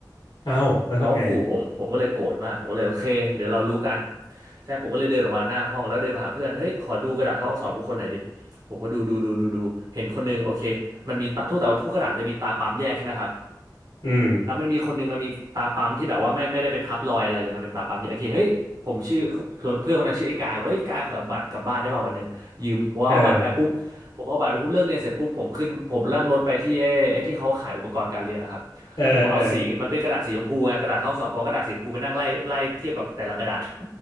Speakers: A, on the left; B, on the right.
A: เอ้าแล้วทำไงอ่ะ
B: เขาก็ขู่ผมผมก็เลยโกรธมาก ผมก็เลยโอเคเดี๋ยวเรารู้กันใช่ผมก็เลยเดินออกมาหน้าห้องแล้วเดินไปหาเพื่อน เฮ้ย ขอดูกระดาษเข้าห้องสอบทุกคนหน่อยดิ ผมก็ดูดูดูดูดูเห็นคนนึงโอเค มันมีตาทุกแต่ว่าทุกกระดาษมันจะมีตาปั๊มแยกใช่ไหมครับ
A: อืม
B: แล้วมันมีคนหนึงมันมีตาปั๊มที่แบบว่าไม่ไม่ได้ไปทับรอยอะไรเลยมันเป็นตาปั๊มที่โอเคเฮ้ยผมชื่อเพื่อนคนนั้นชื่อไอ้กายบอกเฮ้ยกายขอเอาบัตรกลับบ้านได้ป่ะวันหนึ่งยืมผมเอาบัตรไปปุ๊บผมเอาบัตรไปปุ๊บเลิกเรียนเสร็จปุ๊บผมขึ้นผมนั่งรถไปที่ไอ้ไอ้ที่เขาขายอุปกรณ์การเรียนนะครับแล้วผมเอาสีมันเป็นกระดาษสีชมพูไงกระดาษข้อสอบเพราะกระดาษสีชมพูไปนั่งไล่ไล่เทียบกับแต่ละกระดาษ
A: เออเออเออ
B: <laughs>